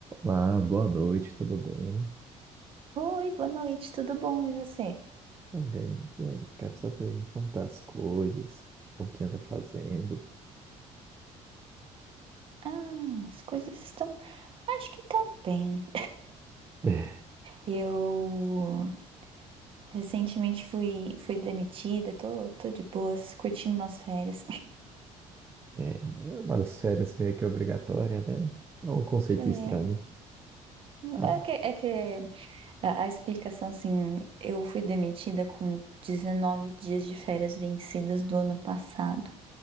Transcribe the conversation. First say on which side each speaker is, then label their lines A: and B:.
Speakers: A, on the right; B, on the right.
A: Ah, boa noite, tudo bem?
B: Oi, boa noite, tudo bom? E você?
A: Também. E aí, quero saber como tá as coisas, o que anda fazendo.
B: Ah, as coisas estão, acho que estão bem.
A: <laughs>
B: Eu recentemente fui, fui demitida, tô, tô de boas, curtindo umas férias.
A: É, é umas férias meio que obrigatória, né? É um conceito
B: É,
A: estranho. Ah,
B: é que, é que a, a explicação, assim, eu fui demitida com 19 dias de férias vencidas do ano passado.